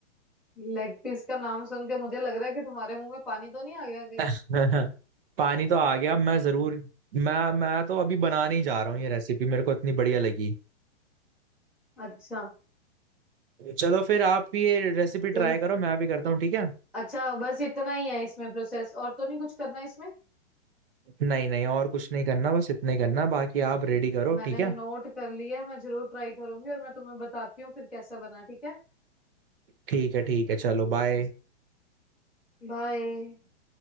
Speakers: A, in the centre; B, on the right (about 55°).
A: लेग पीस का नाम सुन के मुझे लग रहा है कि तुम्हारे मुंह में पानी तो नहीं आ गया कहीं
B: <laughs> पानी तो आ गया मैं जरूर मैं मैं तो अभी बनाने ही जा रहा हूँ ये रेसिपी मेरे को इतनी बढ़िया लगी
A: अच्छा
B: चलो फिर आप भी ये रेसिपी ट्राई
A: चलो
B: करो मैं भी करता हूँ ठीक है
A: अच्छा बस इतना ही है इसमें प्रोसेस और तो नहीं कुछ करना है इसमें
B: नहीं नहीं और कुछ नहीं करना बस इतना ही करना बाकी आप रेडी करो
A: मैंने
B: ठीक है
A: नोट कर लिया मैं जरूर ट्राई करूंगी और मैं तुम्हें बताती हूँ फिर कैसा बना ठीक है
B: ठीक है ठीक है चलो बाय
A: बाय